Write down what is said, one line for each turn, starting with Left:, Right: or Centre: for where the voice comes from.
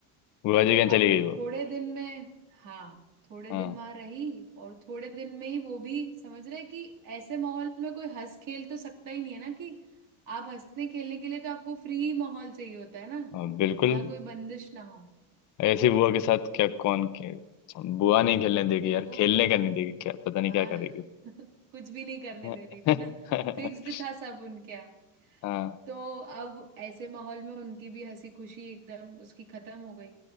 Left: बुआ जी कहाँ
Right: अब
Left: चली गई वो
Right: थोड़े दिन में हाँ थोड़े
Left: हाँ
Right: दिन वहां रही और थोड़े दिन में ही वो भी समझ रहे कि ऐसे माहौल में कोई हंस खेल तो सकता ही नहीं है ना कि आप हंसने खेलने के लिए तो आपको फ्री माहौल चाहिए होता है ना
Left: हाँ, बिल्कुल
Right: जहाँ कोई बंदिश ना हो
Left: ऐसी बुआ के साथ क्या कौन के बुआ नहीं खेलने देगी
Right: तो
Left: यार
Right: वो
Left: खेलने का नहीं देगी क्या पता नहीं
Right: आ,
Left: क्या करेगी
Right: <laughs> कुछ भी नहीं करने
Left: <laughs>
Right: दे रही थी ना फिक्स्ड था सब उनके यहाँ
Left: हाँ
Right: तो अब ऐसे माहौल में उनकी भी हंसी खुशी एकदम उसकी खत्म हो गई